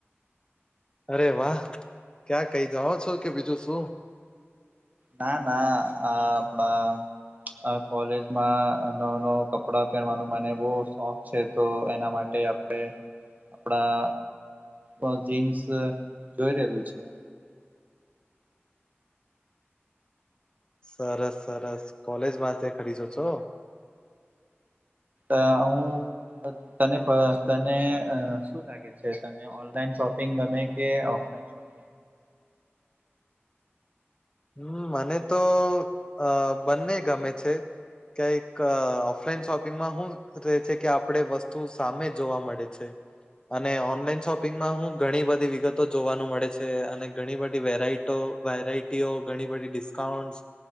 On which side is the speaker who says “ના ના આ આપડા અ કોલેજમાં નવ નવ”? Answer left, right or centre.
Right